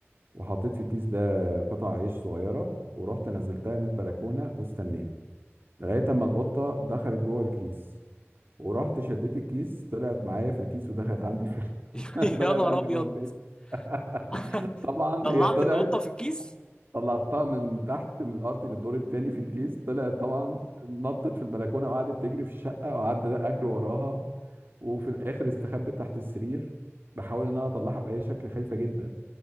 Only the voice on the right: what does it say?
وحطيت في الكيس ده قطع عيش صغيره ورحت نزلتها من البلكونه واستنيت لغايه اما القطه دخلت جوه الكيس ورحت شديت الكيس طلعت معايا في الكيس ودخلت عندي في
<laughs> دخلت
عندي
جوه البيت <laughs>
طبعا
هي طلعت
طلعتها من تحت من الارض للدور التاني في الكيس طلعت طبعا نطت في البلكونه وقعدت تجري في الشقه وقعدت اجري وراها وفي الاخر استخبت تحت السرير بحاول ان انا اطلعها باي شكل خايفه جدا